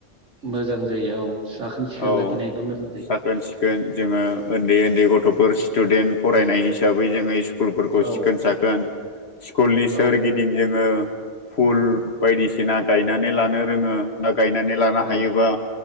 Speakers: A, on the right; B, on the left.
A: मोजां जायो औ साखोन सिखोन
B: औ
A: लाखिनायबा मोजां जायो
B: साखोन सिखोन जोङो उन्दै उन्दै गथ'फोर स्टुडेन्ट फरायनाय हिसाबै जोङो स्कुलफोरखौ
A: औ
B: सिखोन साखोन स्कुलनि सोरगिदिं
A: औ
B: जोङो फुल बायदिसिना गायनानै लानो रोङो गायनानै लानो
A: औ
B: हायोबा